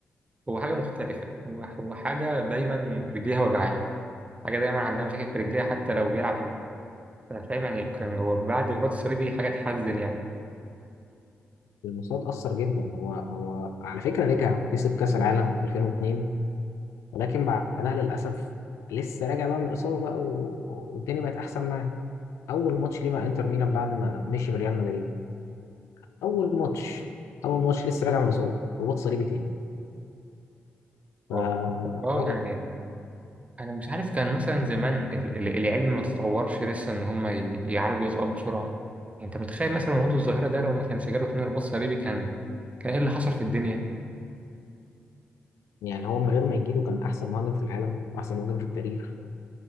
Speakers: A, on the right; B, on the left.
A: هو حاجه مختلفه هو هو حاجه دايما رجليها وجعاها حاجه دايما عندها مشاكل في رجليها حتى لو بيلعب حلو فاهم يعني كان هو بعد الرباط الصليبي حاجه تحزن يعني
B: المستوى اتأثر جدا هو هو على فكرة رجع وكسب كأس العالم 2002 ولكن بعدها للأسف لسه راجع بقى من الإصابة بقى و- والدنيا بقت أحسن معاه أول ماتش ليه مع إنتر ميلان بعد ما مشي من ريال مدريد أول ماتش أول ماتش لسه راجع من الإصابة رباط صليبي تاني فالراجل
A: هو اه يعني انا مش عارف كان مثلا زمان ال- ال- العلم ما تطورش لسه ان هم ي- يعالجوا الاكتئاب بسرعه يعني انت متخيل مثلا وجود الظاهره ده لو ما كانش جاله تنين رباط صليبي كان كان ايه اللي حصل في الدنيا
B: يعني هو من غير ما يجيله كان احسن مهاجم في العالم واحسن مهاجم في التاريخ